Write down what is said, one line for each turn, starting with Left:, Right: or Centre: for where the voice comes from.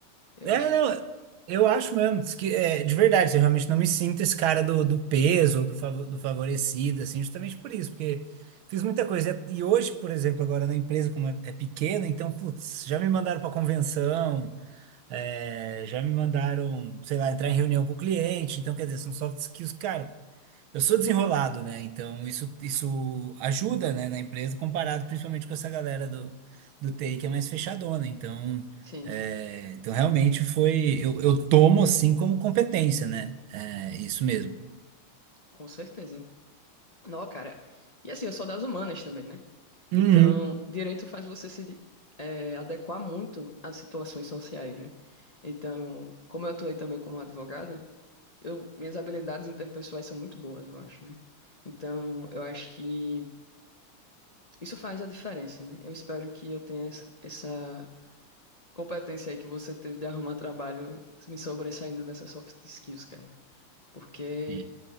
Left: Eu
Right: É,
Left: acho
Right: não,
Left: que
Right: eu acho mesmo diz que é, de verdade, eu realmente não me sinto esse cara do, do peso, do, fav- do favorecido, assim, justamente por isso, porque fiz muita coisa. É, E hoje, por exemplo, agora na empresa, como é, é pequena, então, putz, já me mandaram para convenção, é, já me mandaram, sei lá, entrar em reunião com o cliente, então, quer dizer, são soft skills, cara, eu sou desenrolado, né? Então isso, isso ajuda, né, na empresa, comparado principalmente com essa galera do, do TI que é mais fechadona. Então,
Left: sim,
Right: é, então realmente foi. Eu, eu tomo assim como competência, né? É isso mesmo.
Left: com certeza. Não, cara. E assim, eu sou das humanas também, né?
Right: Uhum.
Left: Então, direito faz você se eh, adequar muito às situações sociais, né? Então, como eu atuei também como advogada, eu, minhas habilidades interpessoais são muito boas, eu acho, né? Então, eu acho que. Isso faz a diferença, né? Eu espero que eu tenha essa essa competência aí que você teve de arrumar trabalho me sobressaindo nessas soft skills, cara. Porque
Right: Sim.